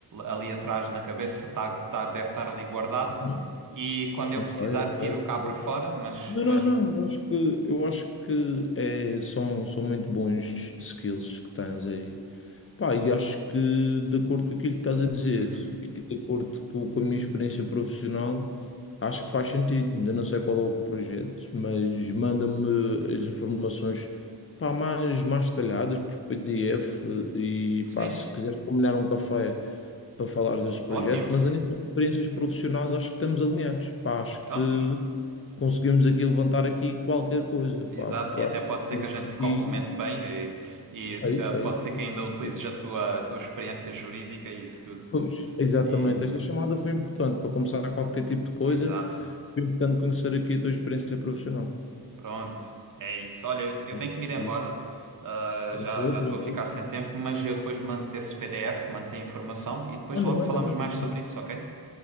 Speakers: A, on the right (about 55°); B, on the left (about 35°).
A: ali atrás na cabeça, tá, tá, deve estar ali guardado
B: Ok.
A: e quando eu precisar
B: Ok,
A: tiro
B: ok,
A: cá
B: ok,
A: para fora,
B: ok.
A: mas,
B: Não,
A: mas
B: não, não,
A: o-
B: eu acho que, eu acho que é, são, são muito bons skills que tens aí. Pá, e acho que de acordo com aquilo que estás a dizer
A: Uhum.
B: e de acordo com, com a minha experiência profissional, acho que faz sentido. Ainda não sei qual é o projeto, mas manda-me as informações pá, mais, mais detalhadas por PDF e
A: Sim.
B: pá, se quiseres combinar um café para falares deste projeto,
A: Ótimo,
B: mas a nível de experiências profissionais acho que estamos alinhados. Pá, acho
A: estamos.
B: que conseguimos aqui levantar aqui qualquer coisa, pá,
A: Exato,
B: porque
A: e
B: eu
A: até
B: acho
A: pode ser que a gente se complemente
B: que
A: bem e, e,
B: é isso,
A: ah, pode
B: é isso,
A: ser que
B: é isso.
A: ainda utilizes
B: é isso.
A: a tua, a tua experiência jurídica e isso tudo.
B: Pois, exatamente.
A: E,
B: Esta chamada foi importante para começar qualquer tipo de coisa.
A: exato,
B: Foi importante conhecer aqui a tua experiência profissional.
A: pronto, é isso. Olha, eu, te- eu
B: Pá,
A: tenho que me ir embora,
B: é isso.
A: Ah,
B: Tranquilo,
A: já já
B: tranquilo.
A: estou a ficar sem tempo, mas eu depois mando-te esse PDF, mando-te a informação e depois
B: Manda,
A: logo
B: manda,
A: falamos
B: manda,
A: mais
B: manda.
A: sobre isso, ok?